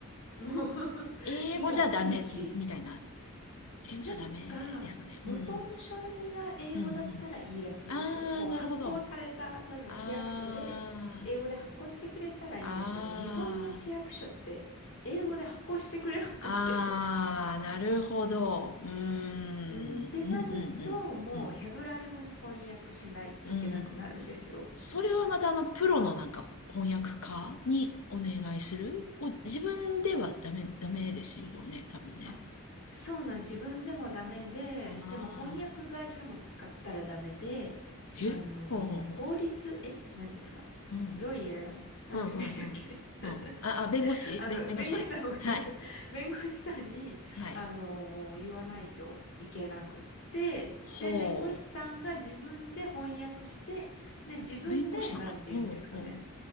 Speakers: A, on the left (about 60°); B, on the left (about 80°).
A: もう <laughs>
B: 英語じゃダメ、
A: 意がキリキリ。
B: みたいな。英語じゃダメですかね。
A: なんか、元の書類が英語だったらいいらしいんですよ。
B: うん。うん、うん。あー、
A: こう、発行された、
B: なるほど。
A: 多分市役所で、
B: あー、
A: 英語で発行してくれたらいいんですけど、
B: あー、
A: 日本の市役所って、英語で発行してくれなくって
B: あー、なるほど。うーん、
A: うん、ってなると、
B: うん、うん、うん、
A: もうヘブライ語に翻訳しないといけなくなるんですよ。
B: うん。うんそれはまたあの、プロのなんか翻訳家にお願いするを自分ではダメ、ダメですよね、多分ね。
A: あ、そうなん、自分でもダメで、
B: ああ
A: でも翻訳会社も使ったらダメで、
B: えほうほうほ
A: あのー法律、えなんていうんですか
B: う。うん
A: ロイヤーなんて言うんでしたっけ
B: うん、うん、うん。うん。あ、あ、弁護士弁弁護士はい。
A: <laughs> あの、弁護士さんも、弁護士さん、弁護士さんに、
B: はい。
A: あのー言わないといけなくって、
B: ほ
A: で、弁護士さんが自分で翻訳して、で、自分で、
B: う。弁護士さんが、
A: なんて言うんですかね、
B: ほう、ほ